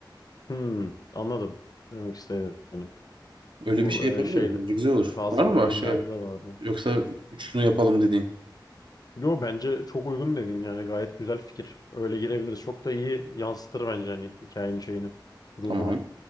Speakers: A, on the left; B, on the right.
A: Hı. Anladım demek istediğini.
B: Öyle
A: Bu
B: bir şey
A: e,
B: yapabiliriz.
A: şeyde
B: Bence güzel olur.
A: bazı
B: Var mı başka
A: filmlerde de vardı.
B: yoksa şunu yapalım dediğin?
A: Yo bence çok uygun dedin yani gayet güzel fikir. Öyle girebiliriz. Çok da iyi yansıtır bence hani hikayenin şeyini, ruhunu.
B: Tamam.